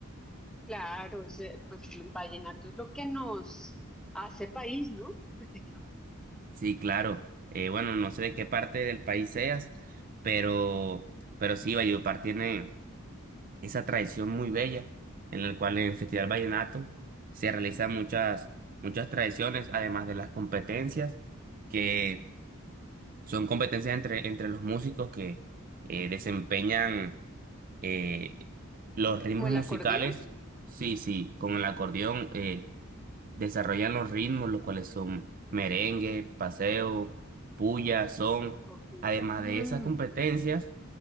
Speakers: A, in the centre; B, on the right.
A: Claro, ese, pues el vallenato es lo que nos hace país, ¿no? <laughs>
B: Sí, claro. Eh, bueno, no sé de qué parte del país seas, pero, pero sí, Valledupar tiene esa tradición muy bella en la cual en el Festival Vallenato se realizan muchas, muchas tradiciones, además de las competencias, que son competencias entre, entre los músicos que eh, desempeñan eh, los ritmos
A: Como el
B: musicales,
A: acordeón.
B: sí, sí, con el acordeón eh, desarrollan los ritmos, los cuales son merengue, paseo, puya, son.
A: Ok.
B: Además de
A: Ah,
B: esas competencias,